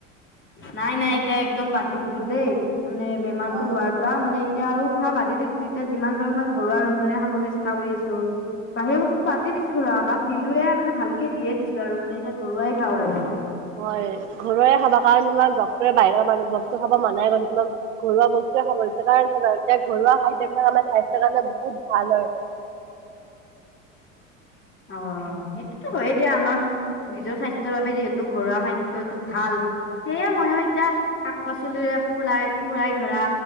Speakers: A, on the left (about 30°); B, on the right (about 65°).
A: নাই-নাই এতিয়া একদম বাদ দি দিলো দেই মানে বেমাৰটো
B: অ'
A: হোৱাৰ পৰা মানে এতিয়া আৰু খোৱা বাদেই দিছো, এতিয়া যিমান পাৰো মই ঘৰুৱা <unintelligible> খাব চেষ্টা কৰি আছো। বাহিৰা বস্তু বাদেই দিছো ধৰা বাট দিলোয়ে আৰ মানে ভালকে দিয়ে দিছো আৰু মানে এতিয়া ঘৰুৱাই খাওঁ আৰু।
B: হয় ঘৰুৱায়ে খাবা কাৰণ তোমাক ডক্টৰে বাহিৰৰ বস্তু খাবা মানাই কৰিছে তোমাক ঘৰুৱা বস্তুৱে খাব লয়ছে কাৰণ এতিয়া ঘৰুৱা খাদ্যবিলাক আমাৰ স্বাস্থ্যয় কাৰণে বহুত ভাল হয়।
A: অ' সেইটোতো হয়েই দিয়া আমাক নিজৰ স্বাস্থ্যৰ বাবে যিহেতু ঘৰুৱা খাদ্যটো ভাল সেয়ে ময়ো এতিয়া শাক পাচলিৰে পুৰাই-পুৰাই ধৰা